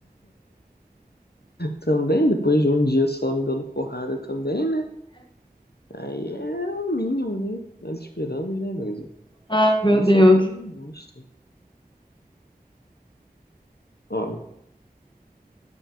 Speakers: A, on the left; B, on the left.
A: Também, depois de um dia só me dando porrada também, né? Aí é o mínimo, né? Nós esperamos, né, Brasil?
B: Ai, meu
A: Isso
B: Deus.
A: a Globo não mostra. Ó,